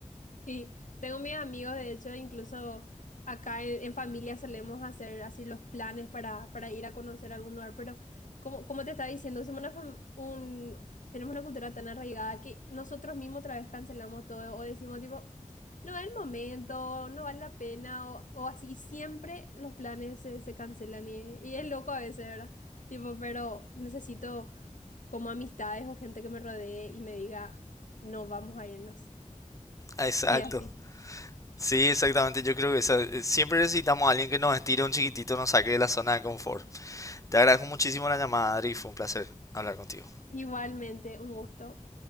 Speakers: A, on the left; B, on the left.
A: Sí, tengo mis amigos, de hecho, incluso acá en, en familia solemos hacer así los planes para, para ir a conocer algún lugar, pero como, como te estaba diciendo, somos una fam- un, tenemos una cultura tan arraigada que nosotros mismos otra vez cancelamos todo o decimos tipo, no es el momento, no vale la pena o, o así, y siempre los planes se, se cancelan y, y es loco a veces, ¿verdad? Tipo, pero necesito como amistades o gente que me rodee y me diga, no, vamos a irnos.
B: Ah, Exacto.
A: Y así.
B: Sí, exactamente. Yo creo que esa- eh, siempre necesitamos a alguien que nos estire un chiquitito, nos saque de la zona de confort. Te agradezco muchísimo la llamada, Adri, fue un placer hablar contigo.
A: Igualmente, un gusto.